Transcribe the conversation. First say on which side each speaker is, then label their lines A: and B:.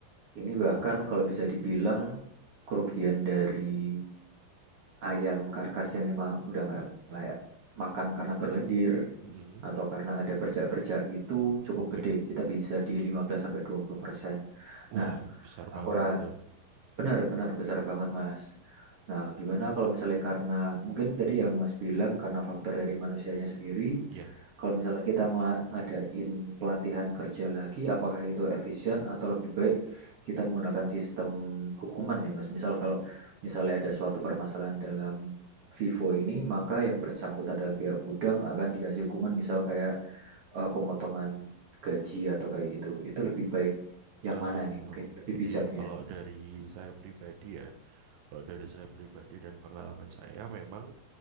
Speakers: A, on the right; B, on the right.
A: Ini bahkan
B: Heeh.
A: kalau bisa dibilang kerugian dari ayam karkas yang emang udah nggak layak makan karena berlendir
B: Mm-mm.
A: atau karena ada bercak-bercak gitu cukup
B: Oke,
A: gede. Kita bisa di 15 sampai 20%.
B: Wah,
A: Nah,
B: besar
A: aku
B: banget
A: ra
B: itu.
A: Benar benar, besar banget, Mas. Nah, gimana kalau misalnya karena mungkin tadi yang Mas bilang karena faktor dari manusianya sendiri,
B: Ya,
A: kalau misalnya kita ngela- ngadain pelatihan kerja lagi, apakah itu efisien atau lebih baik kita menggunakan sistem hukuman ya, Mas? Misal kalau misalnya ada suatu permasalahan dalam Vivo ini, maka yang bersangkutan dalam pihak gudang akan dikasih hukuman misal kayak eh, pemotongan gaji atau kayak gitu. Itu lebih baik yang
B: em,
A: mana nih mungkin lebih
B: gini,
A: bijaknya?
B: kalau dari saya pribadi ya, kalau dari saya pribadi dan pengalaman saya memang